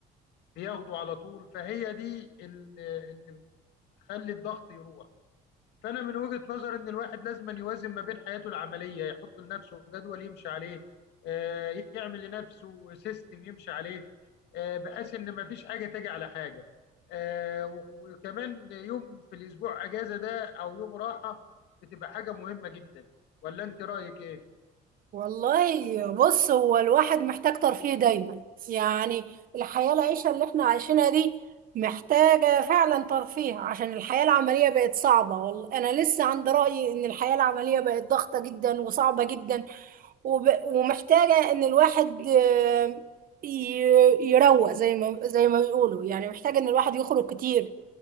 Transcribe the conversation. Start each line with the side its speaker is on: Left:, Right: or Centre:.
Left: بياخده على طول فهي دي ال- اللي بتخلي الضغط يروح فانا من وجهة نظري ان الواحد لازم أن يوازن ما بين حياته العملية يحط لنفسه جدول يمشي عليه آه، يعمل لنفسه سيستم يمشي عليه آه، بحيث ان ما فيش حاجة تجي على حاجة آه، و- وكمان يوم في الاسبوع اجازة ده او يوم راحة بتبقى حاجة مهمة جدا ولا انت رأيك ايه
Right: والله بص هو الواحد محتاج ترفيه دايما يعني الحياة العيشة اللي احنا عايشينها دي محتاجة فعلا ترفيه عشان الحياة العملية بقت صعبة والله أنا لسه عند رأيي إن الحياة العملية بقت ضغطة جدا وصعبة جدا وب... ومحتاجة إن الواحد آه، ي- يروق زي ما زي ما بيقولوا يعني محتاج إن الواحد يخرج كتير